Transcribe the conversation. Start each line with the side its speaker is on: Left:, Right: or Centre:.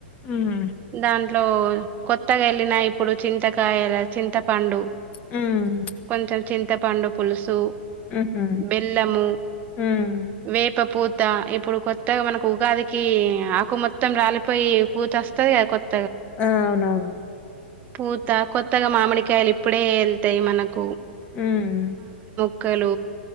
Left: హ్మ్.
Right: దాంట్లో కొత్తగా ఎళ్ళిన ఇప్పుడు చింతకాయల చింతపండు
Left: హ్మ్.
Right: కొంచెం చింతపండు పులుసు
Left: హుహు.
Right: బెల్లము
Left: హ్మ్.
Right: వేపపూత్ త్త ఇప్పుడు కొత్తగా మనకు ఉగాదికీ ఆకు మొత్తం రాలిపోయి పూత ఒస్తది కత్
Left: ఆ అవునవును
Right: పూత కొత్తగా మామిడికాయలు ఇప్పుడే ఎళ్తాయి మనకు
Left: మ్ మ్
Right: క్కలు